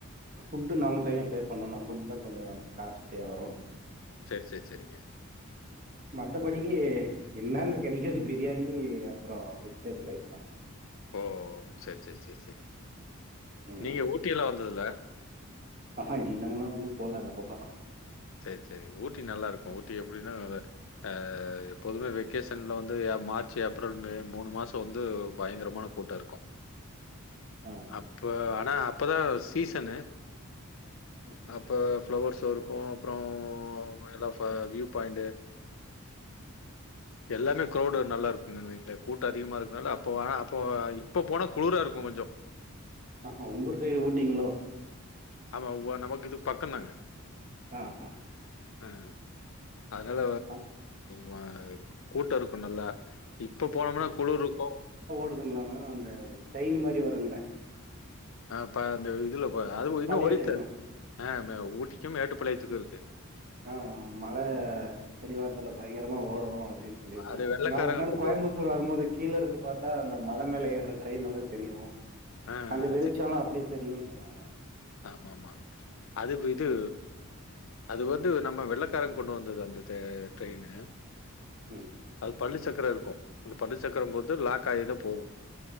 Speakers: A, on the right (about 40°); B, on the left (about 60°).
A: ஃபுட்டு நாம தனியா பே பண்ணனு ஃபுட்டுதா கொஞ்சோ காஸ்ட்லியா வரு
B: சேர் சேர் செரிங்க
A: மத்தபடிக்கு என்னா இங்க கெடைக்கர்து பிரியாணி அப்பறோ வெஜ்ஜிடபுள் ரைஸ்தா
B: ஓ சர் சர் சர் சர்
A: ம்
B: நீங்க ஊட்டியெல்லா வந்ததுல
A: ஆஹா இல்லங்ன்னா உன்னு போல அந்த பக்கோ
B: சேர் செரிங் ஊட்டி நல்லா இருக்கு ஊட்டி எப்டினா நல்ல அ எப்போதுமே வெக்கேஷன்ல வந்து ஏ மார்ச் ஏப்ரல் மே மூணு மாசோ வந்து பயங்கரமான கூட்டோ இருக்கு
A: ஆ
B: அப்ப ஆனா அப்பதா சீசனு
A: ம்
B: அப்போ ஃப்ளவர்சு இருக்கு அப்றோ எல்லா ஃப வியூ பாயிண்டு எல்லாமே க்ரௌடு நல்லாருக்குங்கன்னு வைங்ளே கூட்டோ அதிகமா இருக்கனால அப்போ வேணா அப்போ இப்போ போனா குளுரா இருக்கு கொஞ்சோ
A: ஆஹ உங்கூர் சைடு ஊட்டீங்ளோ
B: ஆமா வ நமக்கு இது பக்கந்தாங்க
A: ஆ ஆ
B: அ அதனால
A: ஆ.
B: வ கூட்டோ இருக்கு நல்லா இப்ப போனோம்னா குளுர் இருக்கு
A: க்குதுங்களானா அந்த சைனு மாரி வருங்ளே
B: அ ப அந்த இதுல ப அது இன்னு
A: பழைய
B: ஒடிட்தா
A: ட்ரெயின்
B: ஆ மே ஊட்டிக்கு மேட்டுப்பாளயத்துக்கு இருக்கு
A: ஆ மழ அடிவாரத்துல பயங்கரமா ஓடு அப்டினு சொல்லிருந்தாங்க
B: அது வெள்ளைக்காரங்க
A: நா ஒருநாள்
B: கொண்டு
A: கோயாமுத்தூர் வரும்போது கீழருந்து பாத்தா அந்த மல மேல ஏற ட்ரெயின் நல்ல தெரியு
B: ஆ
A: அந்த
B: ஆ
A: வெளிச்சோலா
B: சரி.
A: அப்டி தெரியுனு சொன்னாங்க
B: ஆமாமா அது விது அது வந்து நம்ம வெள்ளக்கார கொண்டு வந்தது அந்த த ட்ரெயினு
A: ம்
B: அது பள்ளி சக்கரோ இருக்கு அந்த பள்ளி சக்கரம் போது லாக் ஆகிதா போகு